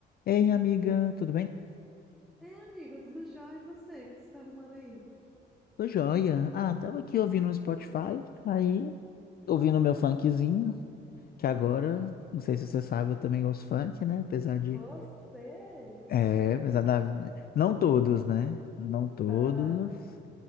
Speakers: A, on the left; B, in the centre.
A: Ei, amiga, tudo bem?
B: É, amigo, tudo jóia? E você? O que você tá arrumando aí?
A: Tô joia. Ah, tava aqui ouvindo no Spotify, aí ouvindo meu funkzinho, que agora, não sei se você sabe, eu também ouço funk, né? Apesar de.
B: Você?
A: É, apesar da. Não todos, né? Não todos,
B: Ah,